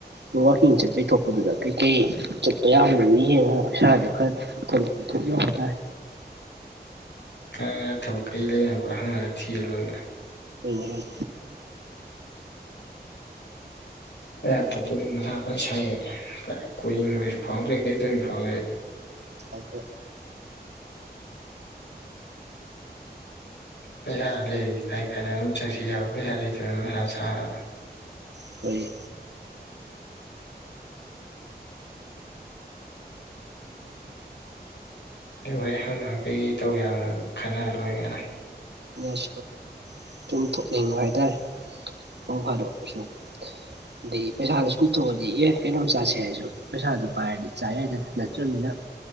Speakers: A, on the right (about 80°); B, on the left (about 85°).
A: ꯋꯥꯋꯥꯛꯀꯤꯡ ꯆꯠꯄꯩ ꯊꯣꯛꯄꯗꯨꯗ ꯀꯩꯀꯩ ꯆꯠꯄ ꯌꯥꯝꯗꯗ ꯌꯦꯡꯉꯒ ꯄꯩꯁꯥꯗꯨꯣ ꯈꯔ ꯆꯣ ꯊ ꯍꯥꯏꯇꯥꯦ
B: ꯀꯉꯒ ꯊꯕꯛ ꯀꯩ ꯂꯩꯔꯝꯕ꯭ꯔꯣ ꯍꯪꯉꯛꯑꯒ ꯊꯤꯔ ꯂꯣꯏꯔ
A: ꯎꯝ
B: ꯀꯌꯥ ꯊꯣꯛꯇꯣꯏꯅ ꯃꯊꯥ ꯁꯥꯏ ꯀꯣꯏꯏꯁꯨ ꯐꯥꯎꯗ꯭ꯔꯦ ꯀꯩꯗꯧꯔꯤꯅꯣ ꯐꯥꯎꯔꯦ
A: ꯑꯀꯦ
B: ꯄꯩꯁꯥ ꯂꯩꯔꯤ ꯀꯥꯏ ꯀꯥꯏꯗ ꯑꯗꯨꯝ ꯆꯠꯁꯤ ꯌꯥꯕ ꯄꯩꯁꯥ ꯂꯩꯇꯕꯅ ꯃꯁꯥ ꯁꯥꯔꯒ
A: ꯍꯈꯣꯏ
B: ꯑꯗꯨ ꯍꯣꯏ ꯍꯪꯅ ꯀꯩꯀꯩ ꯇꯧ ꯌꯥꯝꯅ ꯈꯟꯅꯔ ꯂꯣꯏ ꯀꯅ
A: ꯑꯩꯅ ꯆꯨꯝ ꯊꯣꯛꯅꯤꯡꯕ ꯍꯥꯏꯇꯥꯔꯦ ꯅꫭꯡ ꯐꯥꯗꯣꯛꯁꯨ ꯑꯗꯩ ꯄꯩꯁꯥꯗꯨꯣ ꯁꯨꯝꯊꯣꯛꯑꯗꯤ ꯑꯦ ꯀꯩꯅꯣꯝ ꯆꯥꯥꯁꯦ ꯍꯥꯏꯁꯨ ꯄꯩꯁꯥꯗꯨ ꯄꯥꯏꯔꯗꯤ ꯆꯥ ꯌꯥꯏꯗꯅ ꯅꯠꯇ꯭ꯔꯕꯅꯤꯅ